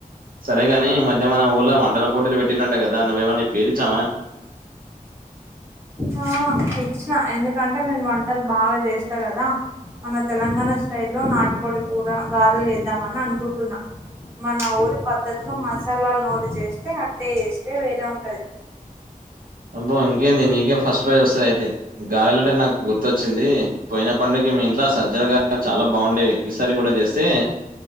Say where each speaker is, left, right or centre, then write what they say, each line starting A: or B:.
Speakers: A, on the right (about 75°); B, on the right (about 15°).
A: సరేగాని ఈ మధ్య మన ఊల వంటల పోటీలు పెట్టినంట కదా నువ్వేవా నీపేరిచ్చావా
B: ఆ ఇచ్చిన ఎందుకంటే నేను వంటలు బాగా చేస్తా కదా మన తెలంగాణ స్టైల్లో నాటుకోడి కూర గారెలు చేద్దామని అనుకుంటున్నా మన ఊరి పద్ధతిలో మసాలాలు నూరి చేస్తే ఆ టేస్టే వేరే ఉంటది
A: అబ్బో ఇంకేంది నీకే ఫస్ట్ ప్రైజ్ వస్తది అయితే గారెలోంటే నాకు గుర్తొచ్చింది పోయిన పండకి మీ ఇంట్లో సజ్జలు గారెలు చాలా బాగుండేవి ఈసారి కూడా చేస్తే